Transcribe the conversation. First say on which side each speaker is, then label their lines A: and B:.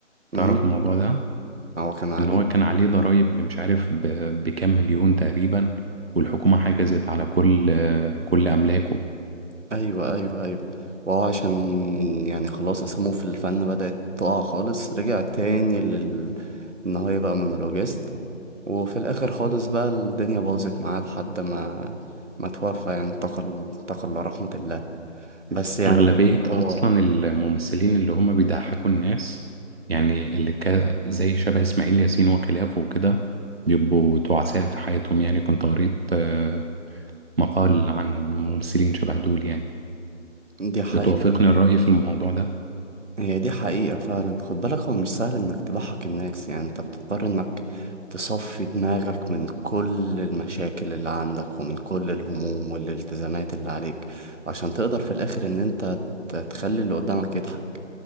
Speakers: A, on the right; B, on the right.
A: أمم،
B: تعرف الموضوع ده؟
A: هو كان عليه
B: ان هو كان عليه ضرائب مش عارف ب- بكام مليون تقريبا والحكومة حجزت على كل كل املاكه
A: أيوة أيوة أيوة وهو عشان يعني خلاص أسامه في الفن بدأت تقع خالص رجع تاني لل إن هو يبقى مونولوجيست وفي الآخر خالص بقى الدنيا باظت معاه لحد ما ما توفى يعني انتقل انتقل لرحمة الله بس يعني
B: اغلبية
A: هو
B: اصلا الممثلين اللي هم بيضحكوا الناس يعني اللي كا زي شبه اسماعيل ياسين وخلافه وكده بيبقوا تعساء في حياتهم يعني كنت قريت آه، مقال عن ممثلين شبه دول يعني
A: دي حقيقة
B: بتوافقني الرأي في الموضوع ده
A: هي دي حقيقة فعلا خد بالك هو مش سهل انك تضحك الناس يعني انت بتضطر انك تصفي دماغك من كل المشاكل اللي عندك ومن كل الهموم والالتزامات اللي عليك عشان تقدر في الاخر ان انت ت- تخلي اللي قدامك يضحك